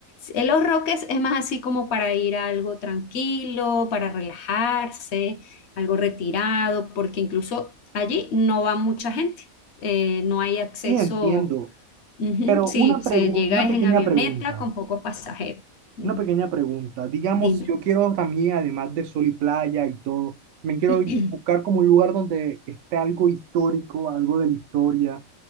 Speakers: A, on the left; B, on the right.
A: En los Roques es más así como para ir a algo tranquilo, para relajarse, algo retirado, porque incluso allí no va mucha gente, eh, no hay acceso
B: Sí, entiendo.
A: Ujú,
B: Pero
A: Sí,
B: una pregunta,
A: se llega
B: una
A: es
B: pequeña
A: en avioneta
B: pregunta.
A: con pocos pasajeros. Ujú,
B: Una pequeña pregunta. Digamos,
A: Dime.
B: si yo quiero también, además de sol y playa y todo, me quiero
A: <clears throat>
B: buscar como un lugar donde esté algo histórico, algo de la historia